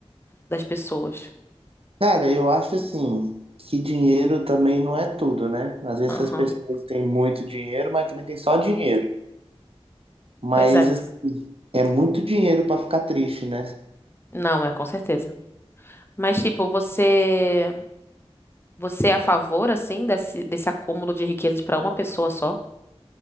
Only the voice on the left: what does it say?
das pessoas?
Aham.
Pois é.
Não, é, com certeza. Mas, tipo, você, você é a favor, assim, desse, desse acúmulo de riquezas pra uma pessoa só?